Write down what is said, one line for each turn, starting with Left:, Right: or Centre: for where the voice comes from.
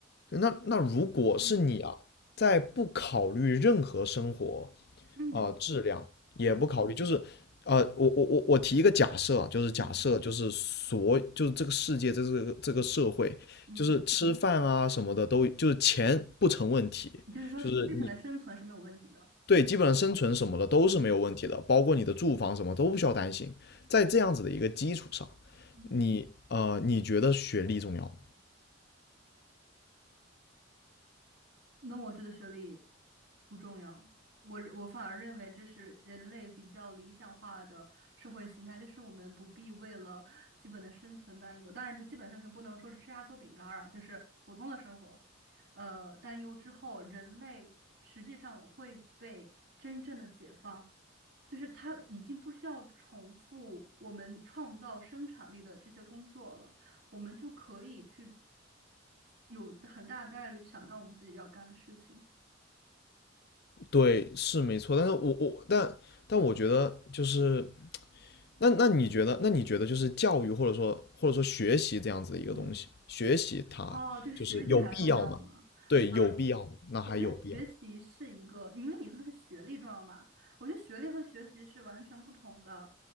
Left: 对那那如果是你啊，
Right: 嗯
Left: 在不考虑任何生活
Right: 嗯
Left: 啊，质量，也不考虑，
Right: 嗯
Left: 就是呃，我我我我提一个假设啊，就是假设就是所就是这个世界这这个这个社会，
Right: 嗯嗯，
Left: 就是吃饭啊什么的都就是钱不成问题，
Right: 就是说日本的生存是没有问题的。
Left: 就是你对基本上生存什么的都是没有问题的，
Right: 嗯
Left: 包括你的住房什么都不需要担心。在这样子的一个基础上，
Right: 嗯。
Left: 你呃你觉得学历重要吗？
Right: 那我觉得学历不重要，我我反而认为这是人类比较理想化的社会形态，就是我们不必为了基本的生存担忧。当然，这个基本生存不能说是吃压缩饼干儿啊，就是普通的生活，呃，担忧之后，人类实际上会被真正的解放。就是它已经不需要重复我们创造生产力的这些工作了，我们就可以去有很大概率想干我们自己要干的事情。
Left: 对，是没错，但是我我但但我觉得就是
Right: 嗯，
Left: 那那你觉得，那你觉得就是教育或者说或者说学习这样子的一个东西，
Right: 嗯
Left: 学习它就是有必要吗？
Right: 哦，就是学历还重要吗？
Left: 对，
Right: 呃，
Left: 有必要吗？那还有必要？
Right: 我觉得学习是一个，因为你说的是学历重要吗？我觉得学历和学习是完全不同的。